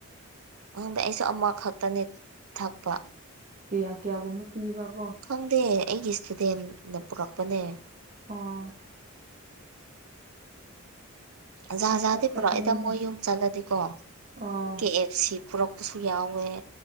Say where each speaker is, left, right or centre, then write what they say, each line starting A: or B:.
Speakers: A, on the right (about 80°); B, on the right (about 35°).
A: ꯈꯪꯗꯦ ꯑꯩꯁꯨ ꯑꯃꯈꯛꯇꯅꯤ ꯊꯛꯄ
B: ꯀꯌꯥ ꯀꯌꯥꯒꯨꯝꯕ ꯄꯤꯕ꯭ꯔ ꯀꯣ
A: ꯈꯪꯗꯦ ꯑꯩꯒꯤ ꯁ꯭ꯇꯨꯗꯦꯟꯅ ꯄꯨꯔꯛꯄꯅꯦ
B: ꯑꯥ
A: ꯑꯖ
B: ꯊꯛꯄ
A: ꯖꯥꯗꯤ
B: ꯆꯠꯅꯤꯡꯉꯦ
A: ꯄꯨꯔꯛꯏꯗ ꯃꯣꯏ ꯌꯨꯝ ꯆꯠꯂꯗꯤꯀꯣ
B: ꯑꯥ
A: ꯀꯦ ꯑꯦꯐ ꯁꯤ ꯄꯨꯔꯛꯄꯁꯨ ꯌꯥꯎꯋꯦ